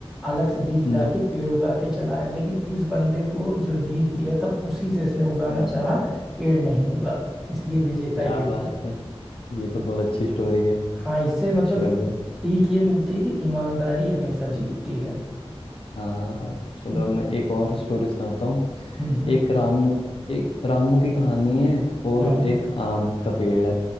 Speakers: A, in the centre; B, on the left.
A: अलग से बीज
B: हम्म
A: ला के पेड़ उगा के चलाया लेकिन इस बंदे को जो बीज दिया था उसी से इसने उगाना
B: हम्म,
A: चाहा पेड़ नहीं उगा इसलिए विजेता
B: क्या
A: ये हुआ
B: बात है ये तो बहुत अच्छी स्टोरी है
A: हाँ इससे मतलब
B: चलो
A: सीख ये मिलती है कि ईमानदारी हमेशा जीतती
B: हम्म,
A: है
B: हाँ चलो
A: हम्म
B: अब मैं एक और स्टोरी सुनाता हूँ
A: हम्म
B: एक रामू एक रामू की कहानी है और
A: हम्म
B: एक आम का पेड़ है